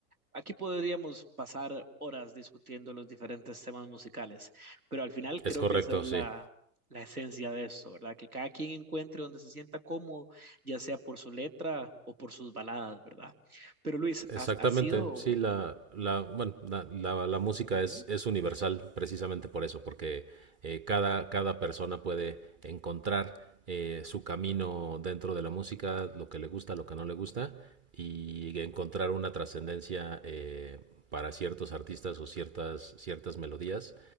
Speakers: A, on the right; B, on the right.
A: Aquí podríamos pasar horas discutiendo los diferentes temas musicales, pero al final creo
B: Es correcto,
A: que esa es la,
B: sí.
A: la esencia de esto, ¿verdad? Que cada quien encuentre donde se sienta cómodo, ya sea por su letra o por sus baladas, ¿verdad? Pero Luis,
B: Exactamente,
A: ha, ha sido...
B: sí, la, la, bueno, la, la- la música
A: ajá.
B: es, es universal precisamente por eso, porque eh, cada, cada persona puede encontrar eh, su camino dentro de la música, lo que le gusta, lo que no le gusta, y encontrar una trascendencia eh, para ciertos artistas o ciertas, ciertas melodías.